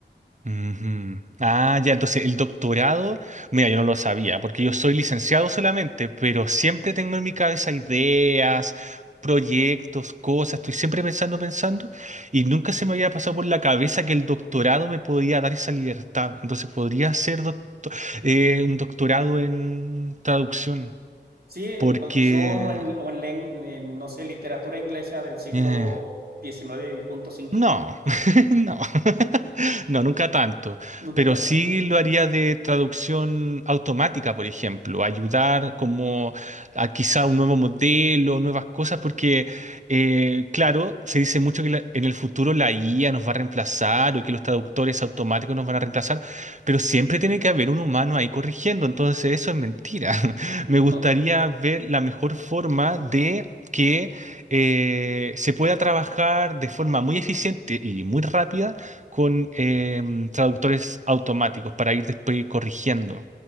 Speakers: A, on the right; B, on the right.
A: Ujú. Ah, ya, entonces el doctorado, mira, yo no lo sabía, porque yo soy licenciado solamente, pero siempre tengo en mi cabeza ideas, proyectos, cosas, estoy siempre pensando, pensando, y nunca se me había pasado por la cabeza que el doctorado me podía dar esa libertad. Entonces podría hacer doc- eh, un doctorado en traducción,
B: Sí, en
A: porque...
B: traducción o en, o en, len- en, no sé, literatura inglesa del siglo
A: eh,
B: diecinueve punto cinco,
A: No,
B: <laughs>
A: <laughs> no, <laughs> no, nunca tanto,
B: Nunca
A: pero
B: tan.
A: sí lo haría de traducción automática, por ejemplo, ayudar como a quizá un nuevo modelo, nuevas cosas, porque eh, claro, se dice mucho que la- en el futuro la IA nos va a reemplazar o que los traductores automáticos nos van a reemplazar, pero siempre tiene que haber un humano ahí corrigiendo, entonces eso es mentira. <laughs>
B: No,
A: Me gustaría ver la mejor forma de... que eh, se pueda trabajar de forma muy eficiente y muy rápida con em, traductores automáticos para ir después corrigiendo.